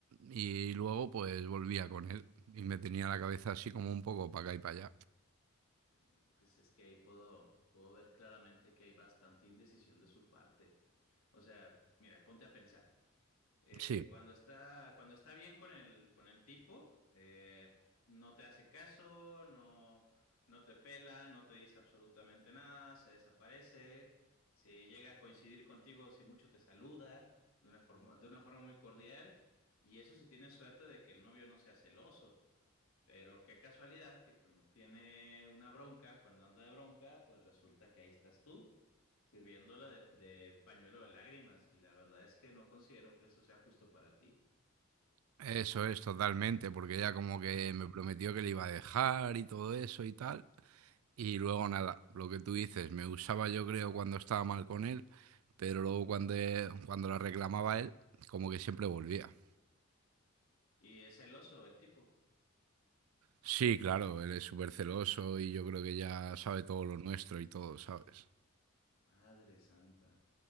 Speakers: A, on the right (about 80°); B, on the left (about 80°).
A: y luego pues volvía con él y me tenía la cabeza así como un poco para acá y para allá.
B: Y pues es que ahí puedo, puedo ver claramente que hay bastante indecisión de su parte. O sea, mira, ponte a pensar. Eh,
A: Sí,
B: cuando está, cuando está bien con el, con el tipo, eh, no te hace caso, no, no te pela, no te dice absolutamente nada, se desaparece. Si llega a coincidir contigo, si mucho te saluda de una forma, de una forma muy cordial. Y eso si tienes suerte de que el novio no sea celoso. Pero qué casualidad que cuando tiene una bronca, cuando anda de bronca, pues resulta que ahí estás tú, sirviéndola de, de pañuelo de lágrimas. Y la verdad es que no considero que eso sea justo para ti.
A: eso es totalmente, porque ella como que me prometió que le iba a dejar y todo eso y tal. Y luego nada, lo que tú dices, me usaba yo creo cuando estaba mal con él, pero luego cuando, eh, cuando la reclamaba él, como que siempre volvía.
B: Y es celoso el tipo.
A: Sí, claro, él es súper celoso y yo creo que ya sabe todo lo nuestro y todo, ¿sabes?
B: Madre santa.